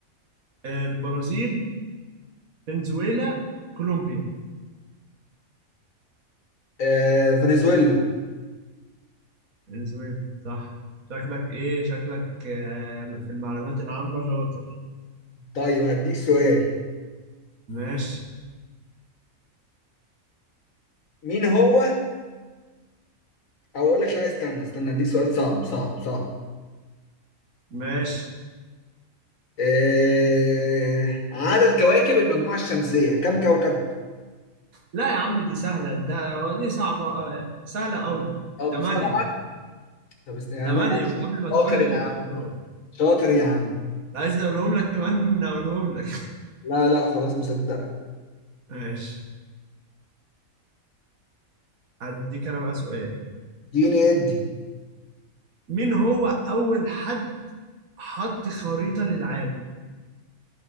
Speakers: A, on the right (about 80°); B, on the left (about 70°).
A: البرازيل فنزويلا كولومبيا
B: آه فنزويلا
A: فنزويلا صح شكلك إيه شكلك آه، في المعلومات العامة شاطر
B: طيب هديك سؤال
A: ماشي
B: مين هو او اقول لك لا استنى استنى هديك سؤال صعب صعب صعب
A: ماشي
B: آه عدد كواكب المجموعة الشمسية كم كوكب؟
A: لا يا عم دي سهلة ده دي صعبة آه، سهلة أوي
B: طب
A: تمانية
B: سبعة طب است- يا
A: تمانية
B: عم
A: من قبل ما
B: شاطر
A: تقول لي
B: يا
A: الاختيارات
B: عم شاطر يا عم
A: لا عايز أقولهم لك كمان أقولهم لك
B: لا لا خلاص مصدق
A: <laughs> ماشي هديك أنا بقى سؤال
B: اديني ادي
A: مين هو أول حد حط خريطة للعالم